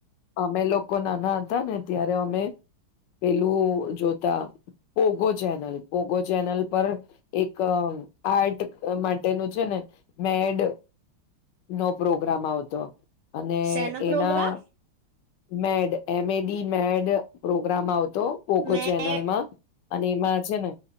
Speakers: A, on the left; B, on the right.
A: અમે લોકો નાના હતા ને ત્યારે અમે પેલું જોતા પોગો ચેનલ પોગો. ચેનલ પર એક આર્ટ માટેનું છે ને મેડ નો પ્રોગ્રામ આવતો. ને
B: શેનો programme
A: એના mad M A D mad programme આવ તો પોગો
B: મેં
A: ચેનલમાં અને એમાં છે ને